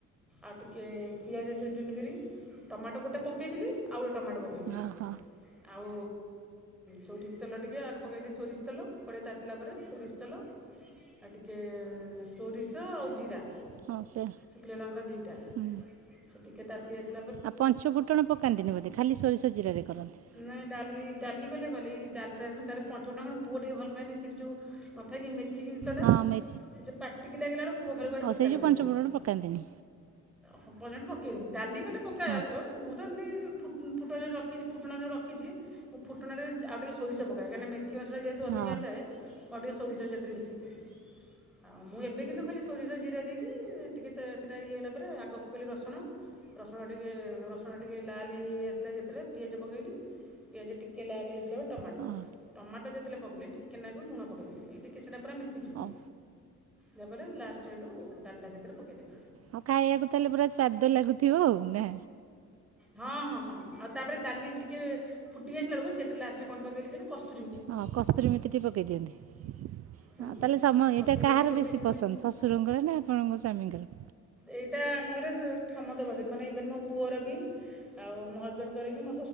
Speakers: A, in the centre; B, on the right.
A: ଆଉ ଟିକିଏ ପିଆଜ ଚୁନ ଚୁନ କରି ଟମାଟୋ ଗୋଟେ ପକେଇଥିଲି। ଆଉ ଗୋଟେ ଟମାଟୋ ପକେଇବି
B: ଓହୋ
A: ଆଉ ସୋରିଷ ତେଲ ଟିକେ ଆଗ ପକେଇଲି ସୋରିଷ ତେଲ କଡେଇ ତାତିଲା ପରେ ସୋରିଷ ତେଲ ଆ ଟିକେ ସୋରିଷ ଆଉ ଜିରା।
B: ହଉ ସେ
A: ଶୁଖିଲ ଲଙ୍କା ଦିଟା
B: ହୁଁ
A: ଟିକେ ତାତି ଆସି
B: ଆଉ ପଞ୍ଚ ଫୁଟଣ ପକାନ୍ତିନି ବୋଧେ ଖାଲି ସରିଷଜିରାରେ କରନ୍ତି।
A: ନାଇଁ ଡାଲି ଡାଲି ଗଲେ ଗଲି ଡାଲ ଫ୍ରାଏ ଖ ତାର ପଞ୍ଚ ଟାଣ ପୁଅ ଟିକେ ଭଲପଏନି ସେଠି ଯେଉଁ ନଥାଏ କି ମେ ଏଠି ଜିନିଷଟା
B: ହଁ ମେ
A: ସେ ଯେ ପାଟିକି ଲାଗିଲା ବେଳ ପୁଅ ଖାଲିକୁ
B: ଓ
A: ଗୋଟେ ପିତା
B: ସେଇ ଯେଉଁ
A: ଲାଗୁଛନ୍ତି।
B: ପଞ୍ଚ ଫୁଟଣ ପକାନ୍ତିନି
A: ହଁ ପର୍ଯ୍ୟନ୍ତ ପକେଇଲିନି ଡାଲି କଲେ ପକାଯାଉଥିବ
B: ହଁ
A: ଅଳ୍ପ ମୁଁ ତ ଏମିତି ଫ ଫୁଟଣଁ ରି ଫୁଟଣ ଯେଉଁ ରି ମୁଁ ଫୁଟଣରେ ଆ ଟିକେ ସୋରିଷ ପକା କହିଁକନା ମେଥି ମସା ଯେ ତୁ ଅଧିକା
B: ହଁ
A: ଥାଏ ମୁଁ ଆଉ ଟିକେ ସୋରିଷ ସେଥିରେ ମିଶାଇ ଦିଏ। ଆଉ ମୁଁ ଏବେ କିନ୍ତୁ ଖାଲି ସୋରିଷ ଜିରା ଦେଇକି ଟିକେ ସେଇଟା ଇଏ ହେଲା ପରେ ଆଗ ପକେଇଲି ରସୁଣ। ରସୁଣ ଟିକେ ରସୁଣ ଟିକେ ଲାଲ ହେଇ ଆସିଲା ଯେତେବେଳେ ପିଆଜ ପକେଇଲି। ପିଜଜି ଟିକେ ଲାଲହେଇସସାରିବା ବେଳେ ଟମାଟୋ।
B: ହଁ
A: ଟମାଟୋ ଯେତେଳେ ପକେଇଲି ଟିକେନାକୁ ଲୁଣ ପକାଇଦେଲି ଖା ଟିକଏ ସେଇଟା ପା ମିଶିଯିବ।
B: ହଉ
A: ନପଲେ ଲାଷ୍ଟ ଏଇଠୁ ଡାଲଟା ସେଥିରେ ପକାଇଦେ।
B: ଆଉ ଖାଇବାକୁ ତାହେଲେ ପୁରା ସ୍ଵାଦ ଲାଗୁଥିବ ଆଉ ନା।
A: ହଁ ହଁ ହଁ ଆଉ ତାପରେ ଡାଲି ଟିକେ ଫୁଟି ଆସିଲା ବେଳକୁ ସେଇଟା ଲାଷ୍ଟରେ କଣ୍ଡ ପକେଇଲିଲେ କଷ୍ଟ-
B: ହଁ କସ୍ତୁରମିତି ଟିକେ ପକେଇ ଦିଅନ୍ତି।
A: ହୁଁ
B: ତାହେଲେ ସମ
A: ସେ
B: ଏଇଟା
A: କସ୍ତୁରୀ ମେଥି
B: କାହାର
A: ପକେଇ ଗୋଟେ
B: ବେଶୀ
A: ଦି
B: ପସନ୍ଦ
A: ମିନିଟ୍
B: ଶଶୁରଙ୍କର ନା ଆପଣଙ୍କ ସ୍ଵାମୀଙ୍କର?
A: ଏଇଟା ଆମ ଘରେ ସମସ୍ତେ ପସିଛନ୍ତି ମାନେ ଇଭେନ୍ ମୋ ପୁଅର ବି ଆଉ ମୋ ହଜବେଣ୍ଡଙ୍କରେ ବିି ମ